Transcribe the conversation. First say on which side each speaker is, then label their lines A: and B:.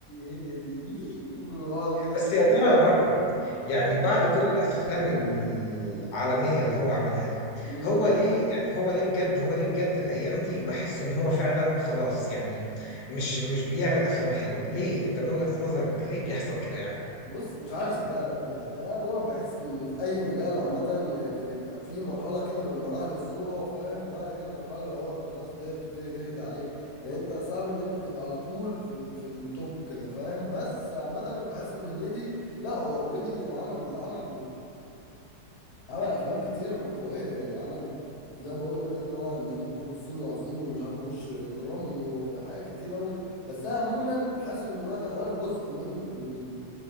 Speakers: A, on the left; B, on the left.
A: هي دي لي ويقعد كده
B: بس
A: يتكلم
B: يا ترى يا ماركو يعني بعد كل الافلام العالميه اللي هو عملها دي
A: امم
B: هو ليه يعني هو ليه بجد هو ليه بجد الايام دي بحس ان هو فعلا خلاص يعني مش مش بيعمل افلام حلوه ليه انت من وجهه نظرك ليه بيحصل كده يعني
A: بص مش عارف صدقني يا مدحت يعني انا عموما بحس ان في اي مجال عامه يعني بيبقى في مرحله كده من مراحل الذروه فاهم وبعد كده مرحله اللي هو انت خلاص الدنيا بتبتدي تهدى عليك يعني انت صعب ان انت تبقى على طول في ال... في التوب كده فاهم بس عامه بحس ان هنيدي لا هو اوريدي يعني عمل عمل عمل افلام كتير قويه يعني عمل زي ما قلنا كده اللي هو عندليب وفول الصين العظيم ومش عارف وش اجرام وحاجات كتير قوي بس انا عموما حاسس ان دلوقتي اولا جزء من من